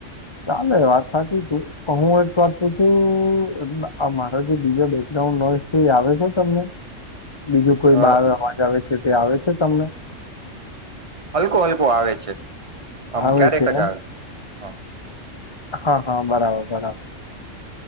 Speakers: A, on the left; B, on the right.
A: ચાલે વાત સાચી છે હું એક વાત પૂ છું મારા જે બીજા બેકગ્રાઉન્ડ નોઈસ છે એ આવે છે તમને બીજું કોઈ
B: અ
A: બાર અવાજ આવે છે તે આવે છે તમને
B: હલકો હલકો આવે છે, આમ
A: આવે
B: ક્યારેક
A: છે એમ
B: જ આવે હા
A: હા હા બરાબર બરાબર